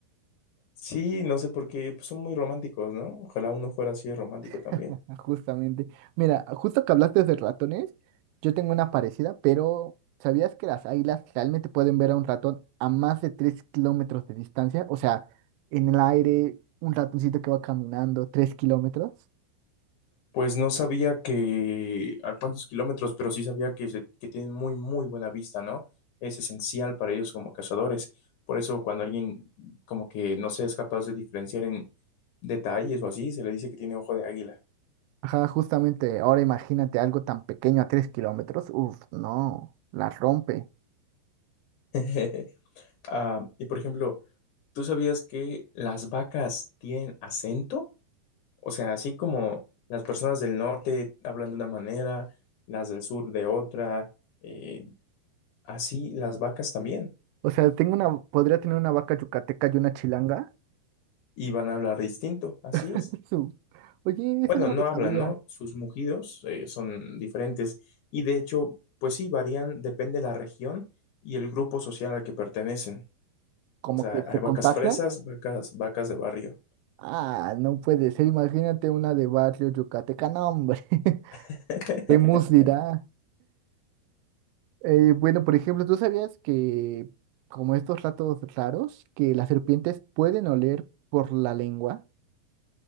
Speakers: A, on the left; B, on the right.
A: Sí, no sé por qué, pues son muy románticos, ¿no? Ojalá uno fuera así de romántico
B: <laughs>
A: también.
B: Justamente. Mira, justo que hablaste de ratones, yo tengo una parecida, pero ¿sabías que las águilas realmente pueden ver a un ratón a más de 3 kilómetros de distancia? O sea, en el aire, un ratoncito que va caminando 3 kilómetros.
A: Pues no sabía que a cuántos kilómetros, pero sí sabía que, se- que tienen muy, muy buena vista, ¿no? Es esencial para ellos como cazadores. Por eso cuando alguien como que no se es capaz de diferenciar en detalles o así, se le dice que tiene ojo de águila.
B: Ajá, justamente, ahora imagínate algo tan pequeño a tres kilómetros. Uf, no, la rompe.
A: <laughs> Ah, y por ejemplo, ¿tú sabías que las vacas tienen acento? O sea, así como las personas del norte hablan de una manera, las del sur de otra, eh, así las vacas también.
B: O sea, tengo una, podría tener una vaca yucateca y una chilanga.
A: y van a hablar distinto, así
B: <laughs>
A: es.
B: Su- Oye,
A: Bueno,
B: eso no
A: no
B: lo sabía.
A: hablan, ¿no? Sus mugidos eh, son diferentes y de hecho, pues sí, varían, depende de la región y el grupo social al que pertenecen.
B: Como
A: O sea,
B: que
A: hay
B: se
A: vacas
B: contagian.
A: fresas, vacas, vacas de barrio.
B: Ah, no puede ser. Imagínate una de barrio yucateca. No, hombre. <laughs>
A: <laughs>
B: ¿Qué mus dirá? Eh, bueno, por ejemplo, ¿tú sabías que, como estos ratos raros, que las serpientes pueden oler por la lengua?